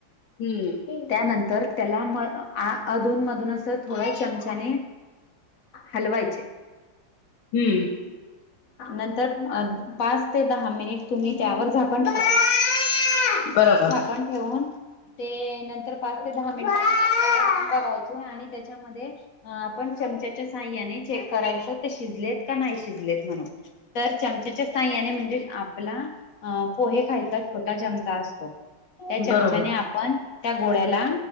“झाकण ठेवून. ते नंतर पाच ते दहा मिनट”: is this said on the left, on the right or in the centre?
Left